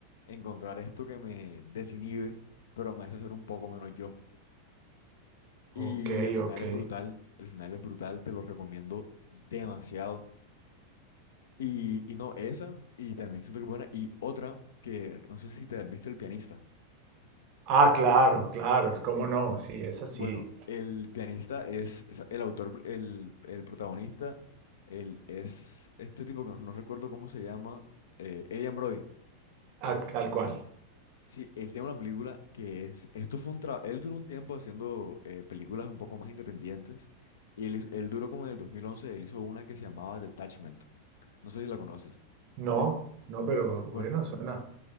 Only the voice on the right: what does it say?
Ok,
ok.
Ah, claro, claro, cómo
no, sí, es así,
ah, tal cual.
No, no, pero bueno,
suena.